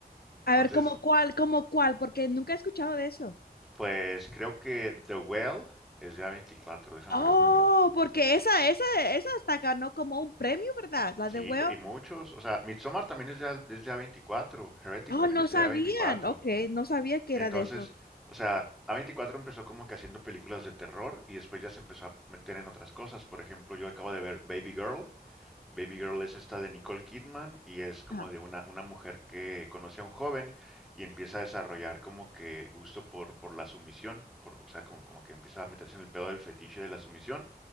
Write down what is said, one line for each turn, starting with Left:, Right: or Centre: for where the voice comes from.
Left: A
Centre: Entonces,
Left: ver, ¿cómo cuál, cómo cuál? Porque nunca he escuchado de eso.
Centre: pues creo que The Well es ya 24, déjame
Left: Oh,
Centre: ver.
Left: porque esa, esa, esa hasta ganó como un premio, ¿verdad? La
Centre: Sí,
Left: de Well.
Centre: c- y muchos, o sea, Midsommar también es ya, es ya 24, Heretic
Left: Oh,
Centre: también
Left: no
Centre: es
Left: sabían.
Centre: ya 24.
Left: Ok, no sabía que
Centre: Entonces,
Left: era de eso.
Centre: o sea, A24 empezó como que haciendo películas de terror y después ya se empezó a meter en otras cosas. Por ejemplo, yo acabo de ver Baby Girl, Baby Girl es esta de Nicole Kidman y es como
Left: Ajá,
Centre: de una, una mujer que conoce a un joven y empieza a desarrollar como que gusto por, por la sumisión, por, o sea, como, como que empieza a meterse en el pedo del fetiche de la sumisión